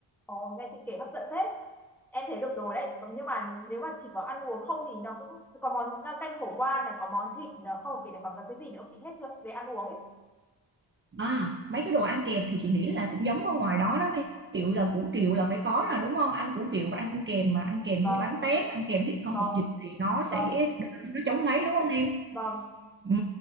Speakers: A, in the centre; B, on the right (about 25°).
A: Ồ, nghe chị kể hấp dẫn thế. Em thấy được rồi đấy. Vâng, Nhưng mà nếu mà chỉ có ăn uống không thì nó cũng có món canh khổ qua này, có món thịt này, không vì này còn có cái gì nữa không chị hết chưa? Về ăn uống ấy.
B: À, mấy cái đồ ăn kèm thì chị nghĩ là cũng giống ở ngoài đó đó ví dụ là củ kiệu là phải có là đúng không ăn củ kiệu và ăn kèm mà ăn kèm
A: Vâng,
B: với bánh tét ăn kèm thịt kho
A: vâng,
B: hột vịt thì nó sẽ
A: vâng,
B: nó chống ngấy đúng không em
A: vâng.
B: ừ.